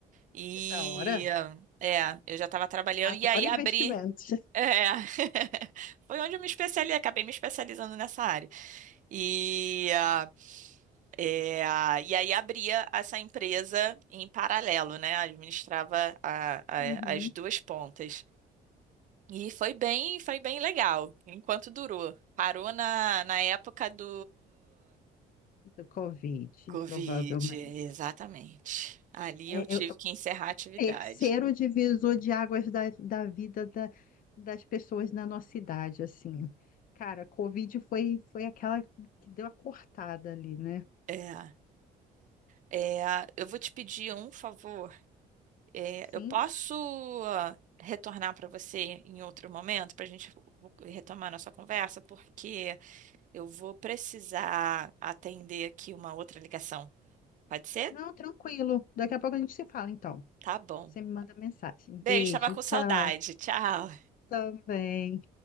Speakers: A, on the right; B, on the left.
A: E
B: que da hora.
A: é, eu já estava trabalhando
B: Adoro
A: e aí
B: investimentos.
A: abri. É, <laughs> foi onde eu me especializei, acabei me especializando nessa área. E, ah, é, ah, e aí abria essa empresa em paralelo, né? Administrava a- a-
B: Uhum,
A: as duas pontas. E foi bem, foi bem legal, enquanto durou. Parou na, na época do
B: do Covid,
A: Covid,
B: provavelmente.
A: exatamente. Ali
B: É,
A: eu tive que encerrar a atividade.
B: terceiro divisor de águas da, da vida da- das pessoas na nossa idade, assim. Cara, Covid foi, foi aquela que deu a cortada ali, né?
A: É, é, eu vou te pedir um favor. É,
B: Sim?
A: eu posso ah, retornar para você em outro momento para a gente retomar nossa conversa, porque eu vou precisar atender aqui uma outra ligação. Pode ser?
B: Não, tranquilo. Daqui a pouco a gente se fala, então.
A: Tá bom.
B: Você me manda mensagem.
A: Beijo,
B: Beijo,
A: estava com
B: tchau.
A: saudade. Tchau.
B: Também.